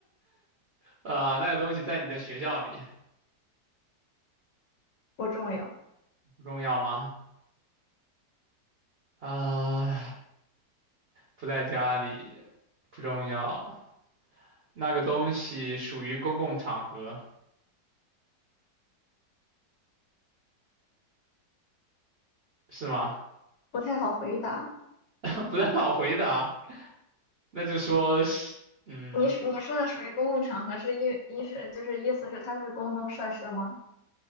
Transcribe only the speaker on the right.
呃，那个东西在你的学校里，
不重要吗？啊，不在家里不重要，那个东西属于公共场合，是吗？
<laughs> 不太好回答，那就说是，嗯，